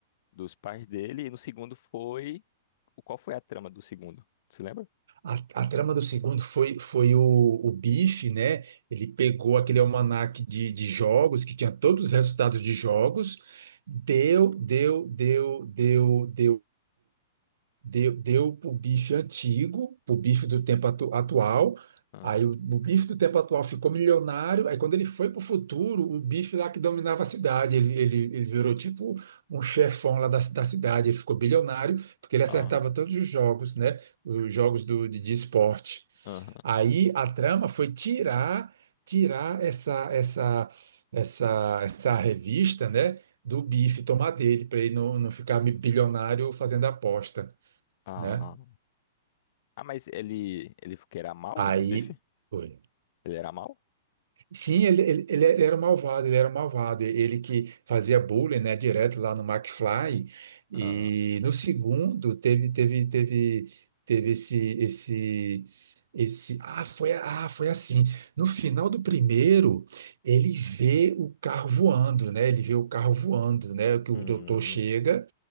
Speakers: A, on the left (about 40°); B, on the right (about 75°).
A: dos pais dele, e no segundo foi. Qual foi a trama do segundo? Você lembra?
B: a, a trama do segundo foi, foi o, o Bife, né? Ele pegou aquele almanaque de, de jogos, que tinha todos os resultados de jogos, deu, deu, deu, deu, deu. deu, deu para o bife antigo, para o bife do tempo atu- atual.
A: Ah,
B: Aí o, o bife do tempo atual ficou milionário. Aí quando ele foi para o futuro, o bife lá que dominava a cidade, ele, ele, ele virou tipo um chefão lá da, ci- da cidade. Ele ficou bilionário porque ele
A: ah,
B: acertava todos os jogos, né? Os jogos do, de, de esporte.
A: aham,
B: Aí a trama foi tirar tirar essa essa essa essa revista, né? Do bife, tomar dele, para ele não, não ficar bilionário fazendo aposta
A: ah,
B: né?
A: ah, mas ele, ele que era mal,
B: Aí
A: esse bife?
B: foi.
A: Ele era mal?
B: Sim, ele, ele, ele ele era um malvado, ele era um malvado. Ele que fazia bullying, né, direto lá no McFly. E
A: Ah,
B: no segundo teve teve teve teve esse esse esse ah, foi ah, foi assim. No final do primeiro, ele vê o carro voando, né? Ele vê o carro voando, né? Que
A: hum,
B: o doutor chega